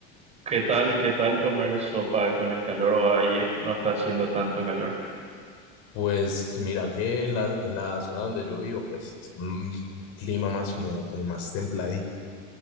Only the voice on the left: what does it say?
Pues mira que en la, en la zona donde yo vivo, pues es un clima más como, como más templadito.